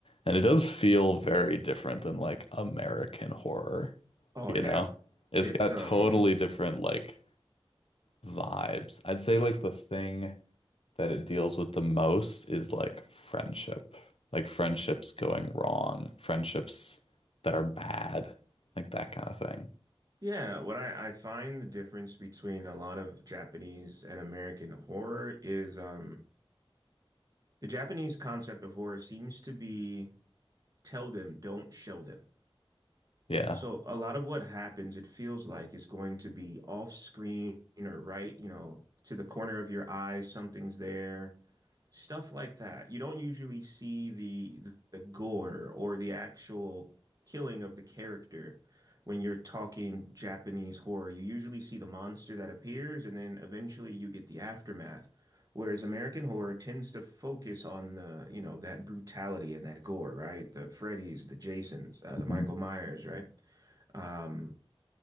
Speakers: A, on the left; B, on the right.
A: And it does feel very different than like American horror,
B: Oh
A: you
B: yeah.
A: know? It's
B: It's
A: got
B: um
A: totally different like vibes. I'd say like the thing that it deals with the most is like friendship, like friendships going wrong, friendships that are bad, like that kind of thing.
B: yeah, what I, I find the difference between a lot of Japanese and American horror is um The Japanese concept of horror seems to be tell them, don't show them.
A: Yeah.
B: So a lot of what happens, it feels like, is going to be off screen or right, you know, to the corner of your eye, something's there stuff like that. You don't usually see the the gore or the actual killing of the character when you're talking Japanese horror. You usually see the monster that appears and then eventually you get the aftermath. Whereas American horror tends to focus on the, you know, that brutality and that gore, right? The Freddy's, the Jasons, uh, the
A: Mhm.
B: Michael Myers, right? Um,